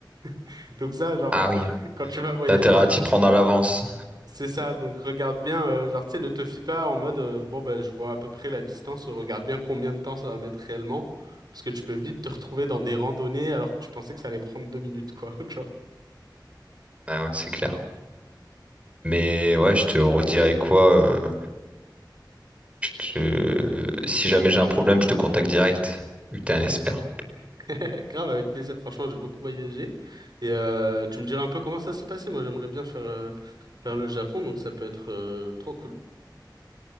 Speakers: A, on the right; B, on the right.
A: <laughs> Donc ça, genre,
B: Ah oui,
A: <laughs> quand tu vas voyager,
B: t'as intérêt
A: en
B: à
A: plus,
B: t'y prendre à l'avance.
A: c'est ça. Donc regarde bien, euh, genre, tu sais, ne te fie pas en mode, euh, bon, ben, je vois à peu près la distance, regarde bien combien de temps ça va mettre réellement. Parce que tu peux vite te retrouver dans des randonnées alors que tu pensais que ça allait prendre deux minutes, quoi. <laughs> tu vois.
B: Ah ouais, c'est clair. Mais ouais, je te redirai quoi. euh, je te- Si jamais j'ai un problème, je te contacte direct, vu que t'es un expert.
A: <laughs> Grave, avec plaisir. Franchement, j'ai beaucoup voyagé. Et euh, tu me diras un peu comment ça s'est passé. Moi, j'aimerais bien faire, euh, faire le Japon, donc ça peut être euh, trop cool.